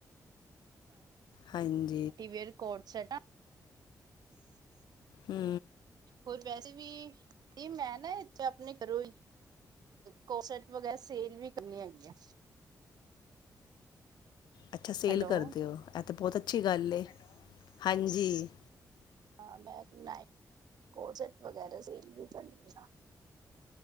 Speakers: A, on the left (about 85°); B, on the right (about 70°).
A: ਹਾਂਜੀ।
B: Party wear coord set.
A: ਹੂੰ।
B: ਹੋਰ ਵੈਸੇ ਵੀ, ਕੀ ਮੈਂ ਨਾ ਇਥੇ ਆਪਣੇ ਕਰੋਂ ਹੀ। ਕੋਸੇਟ ਵਗੈਰਾ ਸੇਲ ਵੀ ਕਰਨੀ ਹੈਗੀ ਆਂ।
A: ਇਥੇ ਸੇਲ
B: ਹੈਲੋ
A: ਕਰਦੇ ਹੋ? ਅ- ਤੇ ਬਹੁਤ ਅੱਛੀ ਗੱਲ ਹੈ, ਹਾਂਜੀ।
B: ਹਾਂ ਮੈਂ ਨ ਕੋਟ ਸੈਟ ਵਗੈਰਾ ਸੇਲ ਵੀ ਕਰਨੀ